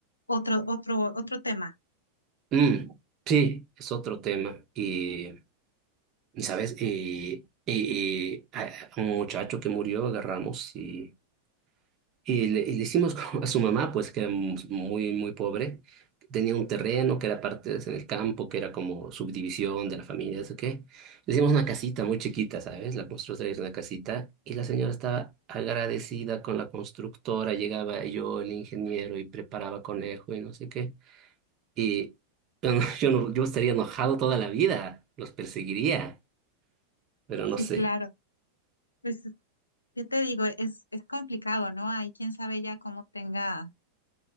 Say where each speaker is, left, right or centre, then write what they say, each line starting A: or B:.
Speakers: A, on the left (about 80°); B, on the right (about 35°).
A: otro, otro, otro tema.
B: Mm, sí, es otro tema. Y Y sabes, eh, eh, eh, a- a un muchacho que murió agarramos y, y le, y le hicimos <laughs> como a su mamá, pues que era mu- muy, muy pobre, tenía un terreno que era parte de- en el campo, que era como subdivisión de la familia, eso qué. Le hicimos una casita muy chiquita, ¿sabes? La constructora hizo una casita y la señora estaba agradecida con la constructora, llegaba yo, el ingeniero, y preparaba conejo y no sé qué. Y <laughs> yo, no- yo, no- yo estaría enojado toda la vida, los perseguiría, pero
A: Sí,
B: no sé.
A: claro. Pues, ¿qué te digo? Es, es complicado, ¿no? Ahí quién sabe ya cómo tenga.